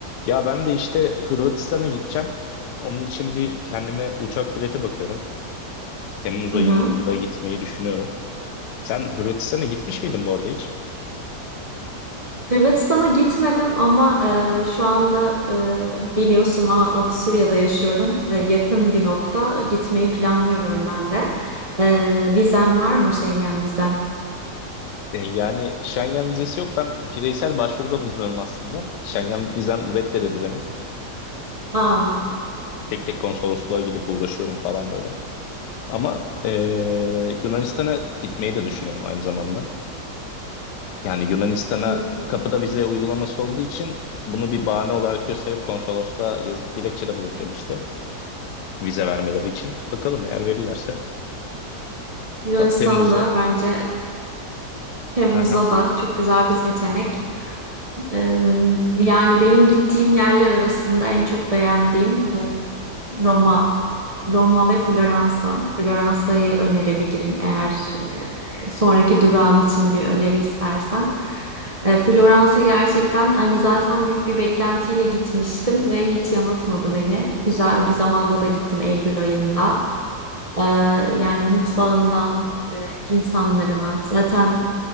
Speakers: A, on the left (about 80°); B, on the right (about 40°).
A: Ya ben de işte Hırvatistan'a gideceğim. Onun için bir kendime uçak bileti bakıyorum. Temmuz
B: Hı
A: ayında
B: hı.
A: gitmeyi düşünüyorum. Sen Hırvatistan'a gitmiş miydin bu arada hiç?
B: Hırvatistan'a gitmedim ama e, şu anda e, biliyorsun A- Avusturya'da yaşıyorum. E, yakın bir nokta gitmeyi planlıyorum ben de. E, vizen var mı Schengen vizen?
A: E, yani Schengen vizesi yok. Ben bireysel başvuruda bulunuyorum aslında. Schengen vizem reddedildi benim.
B: Aa,
A: Tek tek konsolosluğa gidip uğraşıyorum falan böyle. Ama e, Yunanistan'a gitmeyi de düşünüyorum aynı zamanda. Yani Yunanistan'a
B: Yun-
A: kapıda vize uygulaması olduğu için bunu bir bahane olarak gösterip konsolosluğa yazı dilekçede bulunacağım işte. vize vermeleri için. Bakalım eğer verirlerse.
B: Yunanistan'da
A: Ha, Temmuz'da.
B: bence Temmuz'da
A: Aha,
B: da çok güzel bir seçenek. Ee, yani benim gittiğim yerler arasında en çok beğendiğim e, Roma, Roma ve Floransa. Floransa'yı önerebilirim eğer e, sonraki durağın için bir öneri istersen. E, Floransa gerçekten hani zaten büyük bir beklentiyle gitmiştim ve hiç yanıltmadı beni. Güzel bir zamanda da gittim Eylül ayında. E, yani mutfağından e, insanlarına zaten